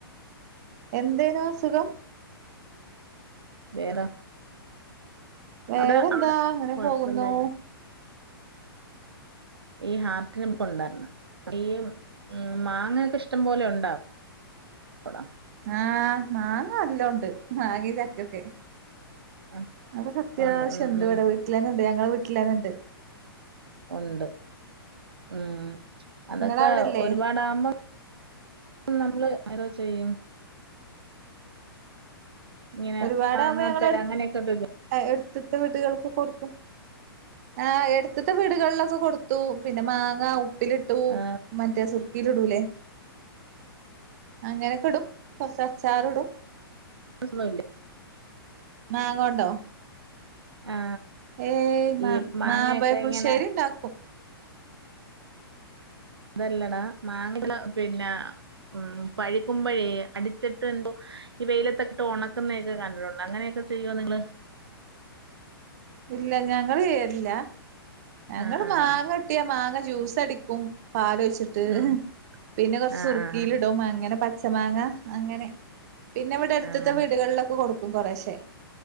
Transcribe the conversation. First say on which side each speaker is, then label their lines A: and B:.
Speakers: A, on the right; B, on the right.
A: എന്തേനു അസുഖം
B: വേറെ
A: വേറെന്താ
B: അവിടെ അവിടെ
A: അങ്ങനെ
B: കുഴപ്പമില്ലായിരുന്നു
A: പോകുന്നു.
B: ഈഹ് ഹാർട്ടിടിപ്പ് ഉണ്ടായിരുന്ന് ഈഹ് ഉം മാങ്ങൊക്കെ ഇഷ്ടം പോലെ ഉണ്ടാ പൊട
A: ആഹ് മാങ്ങ എല്ലോണ്ട് മാങ്ങി ചക്കൊക്കെ.
B: ആ,
A: അതൊക്കെ അത്യാവശ്യണ്ട്
B: ഉണ്ട് ഉം, ഉം,
A: ഇവടെ വീട്ടിലെന്നണ്ട്
B: ഉണ്ട് ഉം അതൊക്കെ
A: നിങ്ങളെ അവിടെല്ലേ
B: ഒരുപാടാകുമ്പോ നമ്മള് ഏതോ ചെയ്യും ഇങ്ങനെ
A: ഒരുപാട്
B: മാങ്ങ
A: ആകുമ്പോ ഞങ്ങൽ
B: തരാം അങ്ങനെയൊക്കെ ഒരു ഇത്.
A: അടുത്ത വീടുകൾക്ക് കൊട്ക്കും. ആഹ് എടുത്തത്തെ വീടുകളിലൊക്കെ കൊടുത്തു പിന്നെ മാങ്ങ ഉപ്പിലിട്ടു മ
B: ആ,
A: മറ്റേ സുർക്കിൽ ഇടൂല്ലേ അങ്ങനെയൊക്കെ ഇടും കൊറച്ച് അച്ചാർ ഇടും.
B: <inaudible>
A: മാങ്ങോണ്ടോ
B: ആ,
A: ഏയ്
B: ഈ മാങ്ങയൊക്കെ
A: മാമ്പയപുൾശേരിണ്ടാക്കും.
B: ഇങ്ങനെ അതല്ലടാ മാങ്ങ പിന്നെ ഉം പഴിക്കുമ്പോഴേ അടിച്ചിട്ട് എന്തോ ഈഹ് വെയിലത്തക്കിട്ട് ഉണക്കുന്നതക്കെ കണ്ടിട്ടുണ്ട് അങ്ങനെയൊക്കെ ചെയ്യോ നിങ്ങള്
A: ഇല്ല ഞങ്ങൾ ചെയ്യാരില്ല ഞങ്ങള്
B: ആഹ് ആഹ്
A: മാങ്ങ കിട്ടിയ മാങ്ങ ജ്യൂസ് അടിക്കും പാലൊഴിച്ചി
B: ഉം
A: പിന്നെ കൊർച്ച്
B: ആഹ്
A: സുർക്കില്ടും.
B: ആഹ്
A: അങ്ങനെ പച്ച മാങ്ങ അങ്ങനെ. പിന്നെ ഇവിടെ എട്ത്തത്തെ
B: അങ്ങനെ
A: വീടുകള്ലൊക്കെ കൊടുക്കും കൊറേശേ